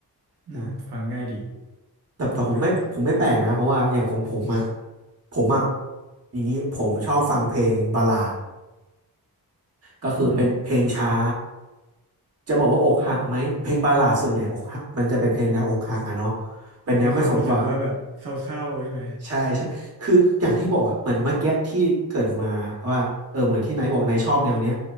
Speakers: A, on the right; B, on the right.
A: อืมฟังง่ายดี
B: อ่าแต่แต่ผมไม่ผมไม่แปลกนะเพราะว่าอย่างของผมอ่ะ
A: ครับ
B: ผมอ่ะอย่างนี้ผมชอบฟังเพลงบัลลาดก็คือเป็นเพลงช้า
A: อืม
B: จะบอกว่าอกหักไหมเพลงบัลลาดส่วนใหญ่อกหักมันจะเป็นเพลงแนวอกหักอะเนาะเป็นแนวไม่สมหวัง
A: มันให้ความรู้สึกว่าแบบเศร้าๆใช่ไหม
B: ใช่ใช่ คืออย่างที่บอกอ่ะเหมือนเมื่อกี้ที่เกริดมาว่าเออเหมือนที่ไนท์บอกไนท์ชอบแนวเนี้ย